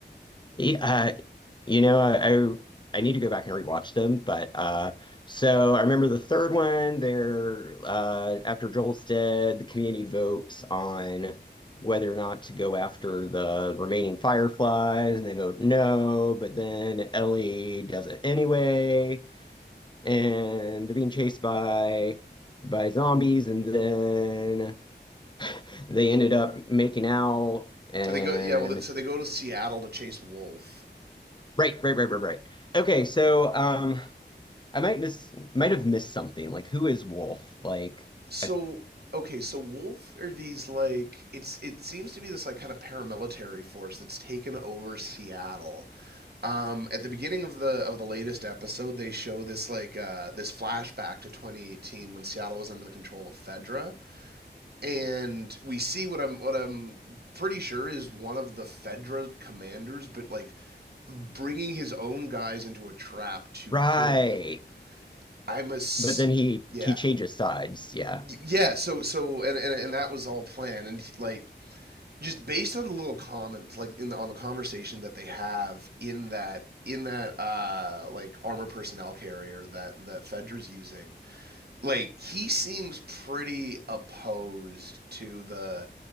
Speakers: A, on the left (about 25°); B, on the right (about 60°).
A: yeah, uh, you know, I, I I need to go back and rewatch them, but uh so I remember the third one there uh after Joel's dead, the community votes on whether or not to go after the remaining Fireflies and they vote no, but then Ellie does it anyway. and they're being chased by by zombies, and then they ended up making out and
B: They go yeah well so they go to Seattle to chase Wolf
A: right, right, right, right, right. Okay, so um, I might miss might have missed something. Like, who is Wolf? Like,
B: So,
A: I,
B: okay, so Wolf are these like it's it seems to be this like kind of paramilitary force that's taken over Seattle. Um, at the beginning of the of the latest episode, they show this like uh, this flashback to 2018 when Seattle was under the control of Fedra, and we see what I'm what I'm pretty sure is one of the Fedra commanders, but like bringing his own guys into a trap to
A: right,
B: kill them. I'm a a
A: but then he
B: yeah
A: he changes sides. Yeah.
B: yeah so so and, and and that was all planned and he- like just based on the little comments like in the, on the conversation that they have in that in that uh like armor personnel carrier that that Fedra's using like he seems pretty opposed to the